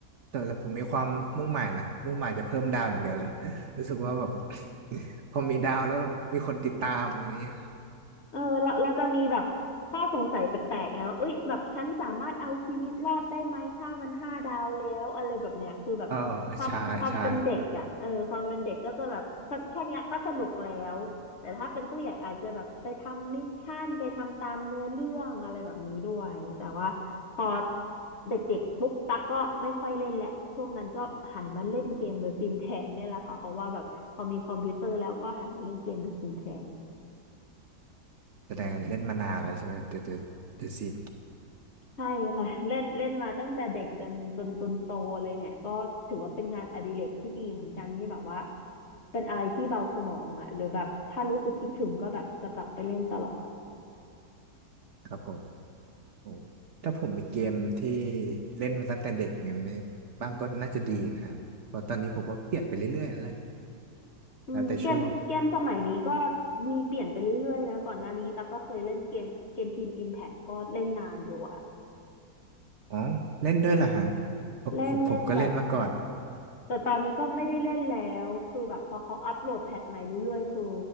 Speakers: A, on the right; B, on the left.
A: แต่แต่ผมมีความมุ่งหมายนะมุ่งหมายจะเพิ่มดาวอย่างเดียวเลย <laughs> รู้สึกว่าแบบ พอมีดาวแล้วมีคนติดตามอย่างเงี้ย
B: เออเราเราจะมีแบบข้อสงสัยแปลกๆไงว่าเอ้ยแบบฉันสามารถเอาชีวิตรอดได้ไหมถ้ามันห้าดาวแล้วอะไรแบบเนี้ยคือแบบความความเป็นเด็กอ่ะเออความเป็นเด็กก็จะแบบแค่เนี้ยก็สนุกแล้วแต่ถ้าเป็นผู้ใหญ่อาจจะแบบไปทำมิชชั่นไปทำตามเนื้อเรื่องอะไรแบบนี้ด้วยแต่ว่าพอ
A: เออใช่ใช่
B: เด็กๆปุ๊บตักก็ไม่ค่อยเล่นแหละช่วงนั้นก็หันมาเล่นเกมเดอะซิมแทนเนี่ยแหละค่ะเพราะว่าแบบพอมีคอมพิวเตอร์แล้วก็หันมาเล่นเกมเดอะซิมแทน
A: แสดงเล่นมานานแล้วใช่ไหมเดอะเดอะเดอะซิม
B: ใช่ค่ะ <laughs> เล่นเล่นมาตั้งแต่เด็กจนจนจนโตเลยเนี่ยก็ถือว่าเป็นงานอดิเรกที่ดีเหมือนกันที่แบบว่าเป็นอะไรที่เบาสมองอ่ะหรือแบบถ้ารู้สึกคิดถึงก็แบบจะกลับไปเล่นตลอด
A: ครับผมโอ้ถ้าผมมีเกมที่เล่นมาตั้งแต่เด็กอย่างนี้บ้างก็น่าจะดีนะฮะเพราะตอนนี้ผมก็เปลี่ยนไปเรื่อยๆแล้วแหละ
B: อืมเกมเกมสมัยนี้ก็
A: แล้วแต่ช่วง
B: มีเปลี่ยนไปเรื่อยๆนะก่อนหน้านี้แต่ก็เคยเล่นเกมเกมทีมอิมแพคก็เล่นนานอยู่อ่ะ
A: อ๋อเล่นด้วยเหรอฮะผมผมผมก็เล่นมาก่อน
B: เล่นเล่นแต่ แต่ตอนนี้ก็ไม่ได้เล่นแล้วคือแบบพอเขาอัปโหลดแพทใหม่เรื่อยๆคือ